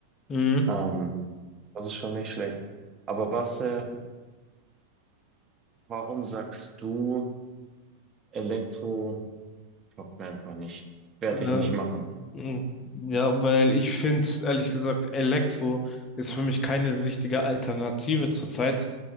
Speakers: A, on the left; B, on the right.
A: Mhm.
B: ähm, das ist schon nicht schlecht. Aber was, äh, warum sagst du, Elektro taugt mir einfach nicht? Werde
A: Äh,
B: ich nicht machen.
A: mh, ja, weil ich finde, ehrlich gesagt, Elektro ist für mich keine richtige Alternative zurzeit.